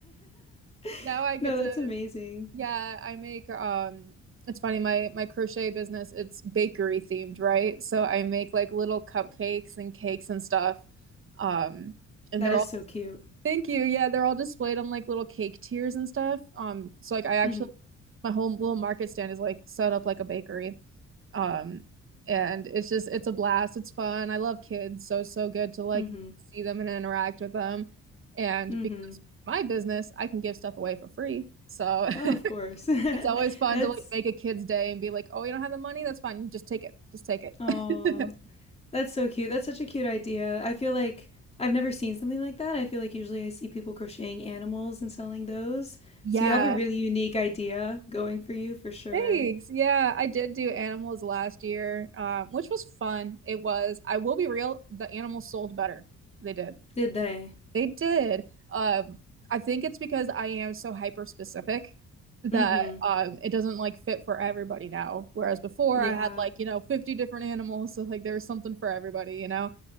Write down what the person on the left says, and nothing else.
<laughs>
no, that's
amazing.
That
is
so cute.
Mm
hmm. Mm hmm.
Mm
hmm.
Oh,
of course.
<laughs>
that's,
oh,
That's so cute. That's such a cute idea. I feel like I've never seen something like that. I feel like usually I see people crocheting animals and selling those.
So you have a really unique idea going for you for sure.
Did they?
Mm-hmm.
Yeah.